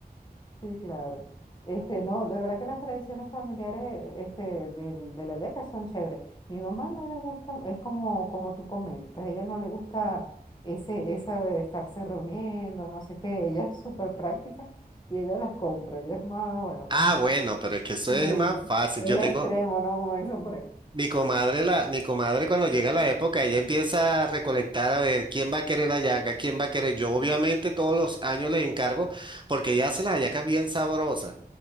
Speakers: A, on the left (about 25°); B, on the right (about 30°).
A: sí, claro. Este, no, de verdad que las tradiciones familiares, este, del, de la yaca son chéveres. Mi mamá no le gusta, es como, como tú comentas, ella no le gusta ese, esa de estarse reuniendo, no sé qué. Ella es súper práctica y ella las compra. Ella es más, bueno,
B: Ah,
A: pues.
B: bueno, pero es que eso
A: Sí.
B: es más fácil.
A: El
B: Yo
A: extremo,
B: tengo,
A: ¿no? Como dicen por ahí.
B: Mi comadre, la, mi comadre cuando llega la época, ella empieza a recolectar a ver quién va a querer hallaca, quién va a querer. Yo obviamente todos los años le encargo porque ella hace las hallacas bien sabrosas.